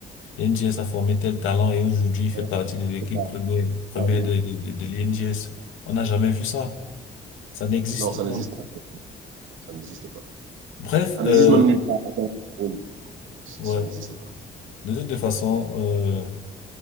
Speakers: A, on the left; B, on the right.
A: l'UNJS a formé tel talent et aujourd'hui, il fait
B: Non,
A: partie de l'équipe
B: c'est pas-
A: première,
B: c'est
A: première
B: pas bien.
A: de, de, de, de l'UNJS. On n'a jamais vu ça. Ça n'existe
B: Non, ça n'existe
A: pas.
B: pas. Ça n'existe pas.
A: Bref,
B: Ça n'existe
A: euh,
B: même nulle part. Bon, bon, si,
A: ouais.
B: Ça n'existe pas.
A: De toute façon, euh,